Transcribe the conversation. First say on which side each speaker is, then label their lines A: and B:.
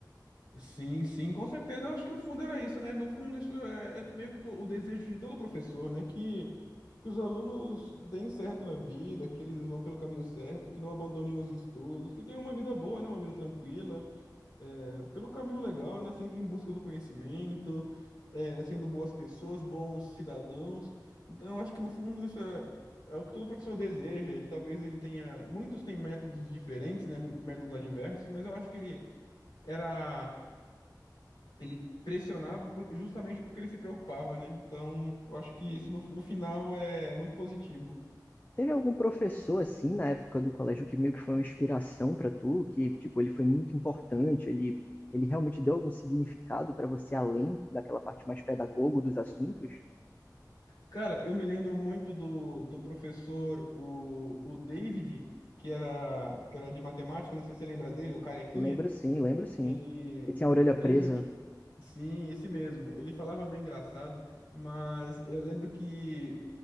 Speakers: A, on the left; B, on the left.
A: Sim, sim, com certeza. Eu acho que no fundo era isso, né? No fundo, isso é, é meio que to- o desejo de todo professor, né? Que, que os alunos deem certo na vida, que eles vão pelo caminho certo, que não abandonem os estudos, que tenham uma vida boa, né? Uma vida tranquila, é, pelo caminho legal, né? Sempre em busca do conhecimento, é, sendo boas pessoas, bons cidadãos. Então, eu acho que no fundo isso é, é o que todo professor deseja. Ele, talvez ele tenha. Muitos têm métodos diferentes, né? Métodos adversos, mas eu acho que ele era ele pressionava por- justamente porque ele se preocupava, né? Então, eu acho que isso no, no final é muito positivo.
B: Teve algum professor assim na época do colégio que meio que foi uma inspiração pra tu, que tipo ele foi muito importante, ele ele realmente deu algum significado pra você além daquela parte mais pedagogo dos assuntos?
A: Cara, eu me lembro muito do, do professor, o, o David, que era, que era de matemática, não sei se você lembra dele, o Carequinha.
B: Lembro sim, lembro sim.
A: Ele.
B: Que tinha a orelha
A: Eu
B: presa.
A: lembro que. Sim, esse mesmo. Ele falava meio engraçado, mas eu lembro que.